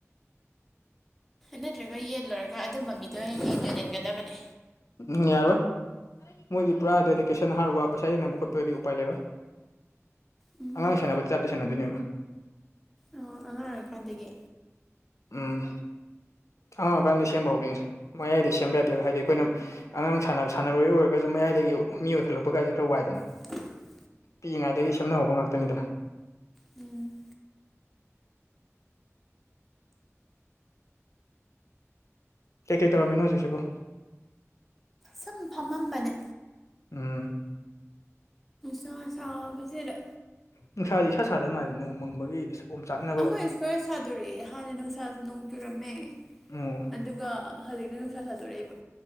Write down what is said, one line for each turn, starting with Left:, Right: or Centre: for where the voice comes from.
Centre: ꯅꯠꯇ꯭ꯔꯒ ꯌꯦꯜꯂꯨꯔꯒ ꯑꯗꯨꯝꯕ ꯃꯤꯗꯣ ꯌꯦꯅ ꯂꯟꯒꯗꯕꯅꯦ
Left: ꯎꯝ ꯌꯥꯔꯑꯣꯏ ꯃꯣꯏꯗꯤ ꯄꯨꯔꯥ ꯗꯦꯗꯤꯀꯦꯁꯟ ꯍꯥꯔꯠ ꯋꯥꯛ ꯄꯩꯁꯥ ꯌꯦꯟꯅꯕ ꯈꯣꯠꯄꯗꯤ ꯎꯄꯥꯏ ꯂꯩꯔꯣꯏ
Centre: ꯎꯝ
Left: ꯑꯉꯥꯡ ꯁꯦꯅꯕꯗ ꯇꯥꯞꯇ ꯁꯦꯟꯅꯗꯣꯏꯅꯦꯕ꯭ꯔꯥ
Centre: ꯑꯣ ꯑꯉꯥꯡ ꯑꯣꯏꯔꯤꯀꯥꯟꯗꯒꯤ
Left: ꯎꯝ ꯑꯉꯥꯡꯀꯥꯟꯗ ꯁꯦꯝꯕ ꯍꯧꯗꯣꯏꯅꯦ ꯃꯌꯥꯏꯗꯤ ꯁꯦꯝꯕ ꯌꯥꯗꯦꯕ ꯍꯥꯏꯗꯤ ꯑꯩꯈꯣꯏꯅ ꯑꯉꯥꯡ ꯁꯥꯟꯅꯕ ꯁꯥꯟꯅꯔꯣꯏ ꯑꯣꯏꯔꯒꯁꯨꯨꯝ ꯃꯌꯥꯏꯗꯒꯤ ꯃꯤ ꯑꯣꯏꯈꯠꯂꯛꯄꯒꯒꯥꯁꯦ ꯈꯔ ꯋꯥꯏꯗꯅ
Centre: <unintelligible>
Left: ꯄꯤꯛꯏꯉꯩꯗꯒꯤ ꯁꯦꯝꯅꯍꯧꯕ ꯉꯥꯛꯇꯅꯤꯗꯅ
Centre: ꯎꯝ
Left: ꯀꯩꯀꯩ ꯇꯧꯔꯝꯃꯤꯅꯣ ꯍꯧꯖꯤꯛꯁꯤꯕꯨ
Centre: ꯁꯨꯝ ꯐꯝꯃꯝꯕꯅꯦ
Left: ꯎꯝ
Centre: ꯁꯥꯥ ꯁꯥꯥꯕ ꯐꯔ
Left: ꯅꯨꯡꯁꯥꯗꯤ ꯏꯁꯥ ꯁꯥꯥꯗ ꯃꯥꯗꯅ ꯅꯣꯡ ꯃꯪꯕꯒꯤ ꯑꯣꯝ ꯆꯥꯛꯅꯕ
Centre: ꯑꯩꯈꯣꯏ ꯈꯔ ꯁꯥꯗꯣꯔꯛꯑꯦ ꯍꯥꯟꯅ ꯅꯨꯡꯁꯥ ꯅꯣꯡ ꯆꯨꯔꯝꯃꯦ
Left: ꯎꯝ
Centre: ꯑꯗꯨꯒ ꯍꯧꯖꯤꯛꯅ ꯅꯨꯡꯁꯥ ꯁꯥꯗꯣꯔꯛꯏꯕ